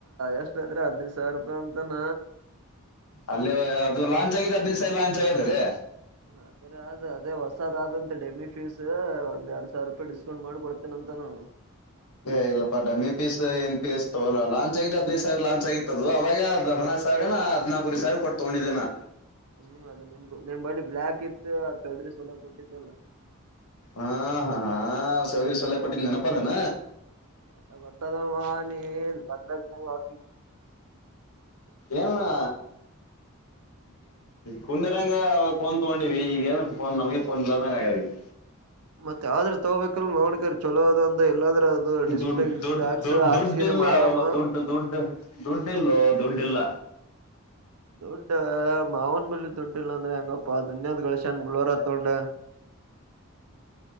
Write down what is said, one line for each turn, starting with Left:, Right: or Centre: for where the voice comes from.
Right: ಎಷ್ಟ ಐತ್ರಿ ಹದನೈದು ಸಾವಿರ ರೂಪಾಯಿ ಅಂತ ರಾನ
Left: ಅಲ್ಲೇ ಅದು ಲಾಂಚ್ ಆಗಿದೆ ಹದನೈದ ಸಾರಿ ಲಾಂಚ್ ಆಗ್ಯದ ಅದೇ
Right: ಹ ಅದ್ರ ಅದು ಅದೇ ಹೊಸಾದ ಆದಂತ ಡೆಮಿ ಫೀಸ್ ಒಂದ್ ಎರಡ್ ಸಾವಿರ ರೂಪಾಯಿ ಡಿಸಕೌಂಟ್ ಮಾಡಿ ಕೊಡ್ತ ನಂತನ
Left: ಏ ಇಲ್ಲಪ್ಪಾ ಡಮ್ಮಿ ಪೀಸ್ ಏನ್ ಪೀಸ್ ತೋ ಲಾಂಚ್ ಆಗಿದ್ದ ಹದಿನೈದು ಸಾವಿರ ಲಾಂಚ್ ಆಗಿತ್ತದದು ಅವಾಗ ಸಾವಿರನಾ ಹದ್ಲ್ಕೂ ವರಿ ಸಾವಿರ ಕೊಟ್ಟ್ ತಗೊಂಡಿದ್ದೇನಾ
Right: ಹ್ಮ್ ಅದ ನಿಮ ನಿಮ ಬಳಿ ಬ್ಲ್ಯಾಕ್ ಇತ್ತು ಚೌದರಿ ಸೋಲ ಕೊಟ್ಟಿದ್ದಲ್ಲ
Left: ಹಾ ಹಾ ಹಾ ಸದಿ ಸಲ ಕೊಟ್ಟಿದ ನೆನಪ ಅಾನ
Right: ಎಲ್ಲ ಗೊತ್ತವಾ ನೀನ್ ಭದ್ರಗ್ನ ವಾಸ
Left: ಏನ್ವಾ ಕುಂಡರಂಗ ಅವಾಗ ಫೋನ್ ತೊಗೊಂಡಿವವಿ ಈಗ ಏನ ಫೋನ್ ನಮಗೆ ಫೋನ್ ಇಲ್ಲದಂಗ ಆಗೇತಿ ಹ
Right: ಮತ್ತ ಆದ್ರ ತಗೋಬೇಕಲ್ ನೋಡ್ಕರಿ ಚೊಲೋದ ಒಂದ ಇಲ್ಲಾಂದ್ರೆ ಅದು ಡಿಸ್ಪ್ಲೇ
Left: ದುಡ್
Right: ಗಿಸ್ಪ್ಲೇ
Left: ದುಡ್
Right: ಹಾಕ್ಸ ಹಾಕ್ಸ್ಕೇನೆ
Left: ದುಡ್ ಇಲ್ಲ
Right: ಮಾರಮ್ಮ
Left: ದುಡ್ಡು ದುಡ್ಡು ದುಡ್ಡಿಲೋ ದುಡ್ಡಿಲ್ಲ
Right: ದುಡ್ಡ ಮಾವನ ಬಳ್ಳಿ ದುಡ್ಡ ಇಲ್ಲಾ ಅಂದ್ರೆ ಹೆಂಗಪ್ಪ ಅದುನ್ಯದ ಕಳಶಾನ್ ಬಳ್ಳೋರಾತ್ತೊಂಡ